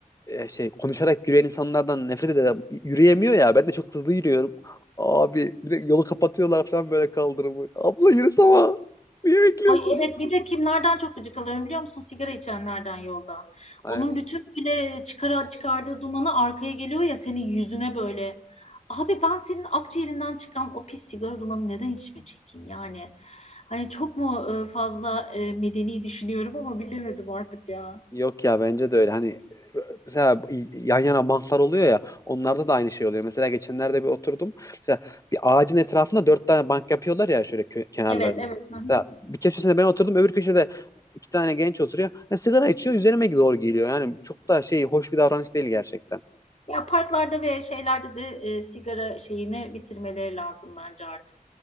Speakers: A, on the left; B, on the left.
A: e, şey konuşarak yürüyen insanlardan nefret ederim. Yürüyemiyor ya. Ben de çok hızlı yürüyorum. Abi bir de yolu kapatıyorlar falan böyle kaldırımı. Abla yürüsene ama. Niye bekliyorsun?
B: Ay evet bir de kimlerden çok gıcık alıyorum biliyor musun? Sigara içenlerden yolda.
A: Evet.
B: Onun bütün bile çıkar, çıkardığı dumanı arkaya geliyor ya senin yüzüne böyle. Abi ben senin akciğerinden çıkan o pis sigara dumanı neden içime çekeyim yani? Hani çok mu e, fazla e, medeni düşünüyorum ama bilemedim artık ya.
A: Yok ya bence de öyle. Hani e, mesela yan yana banklar oluyor ya onlarda da aynı şey oluyor. Mesela geçenlerde bir oturdum. Mesela bir ağacın etrafında dört tane bank yapıyorlar ya şöyle kö- kenarlarına.
B: Evet evet. hı hı.
A: Mesela bir köşesinde ben oturdum öbür köşede iki tane genç oturuyor. Ya sigara içiyor üzerime doğru geliyor. Yani çok da şey hoş bir davranış değil gerçekten.
B: Ya parklarda ve şeylerde de e, sigara şeyini bitirmeleri lazım bence artık.